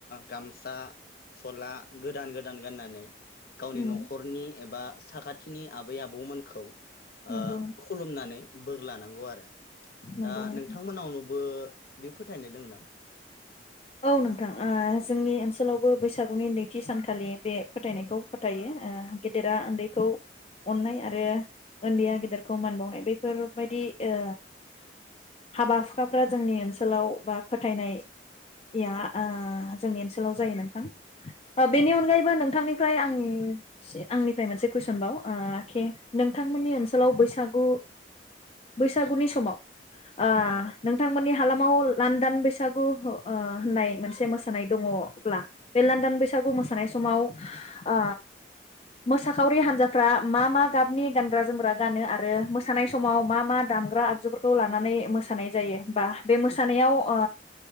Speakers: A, on the left; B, on the left.
A: गामसा सला - गोदान गोदान गाननानै गावनि
B: उम
A: न'खरनि एबा साखाथ थिनि आबै आबौमोनखौ ओ
B: नंगौ
A: खुलुमनानै बोर लानांगौ आरो
B: नंगौ
A: दा
B: नोंथां।
A: नोंथांमोनाव नु बो बे फोथायनाय दंना?
B: औ नोंथां ओ जोंनि ओनसोलावबो बैसागुनि नैथि सानखालि बे फोथायनायखौ फोथायो ओ गेदेरा उन्दैखौ अननाय आरो उन्दैया गेदेरखौ मान बावनाय बेफोरबायदि ओ हाबा हुखाफ्रा जोंनि ओनसोलाव बा फोथायनाय या ओ जोंनि ओनसोलाव जायो नोंथां। ओ बेनि
A: औ
B: अनगायैबो नोंथांनिफ्राय आं से आंनिफ्राय मोनसे कुइसन बाव ओ केे नोंथांमोननि ओनसोलाव बैसागु बैसागुनि समाव ओ
A: उम
B: नोंथांमोन नि हालामाव लानदान बैसागु ह ओ होननाय मोनसे मोसानाय दङब्ला बे लान्दान बैसागु मोसानाय समाव ओ मोसाखावरि हान्जाफ्रा मा मा गाबनि गानग्रा जोमग्रा गानो आरो मोसानाय समाव मा मा दामग्रा आगजुफोरखौ लानानै मोसानाय जायो बा बे मोसानायाव ओ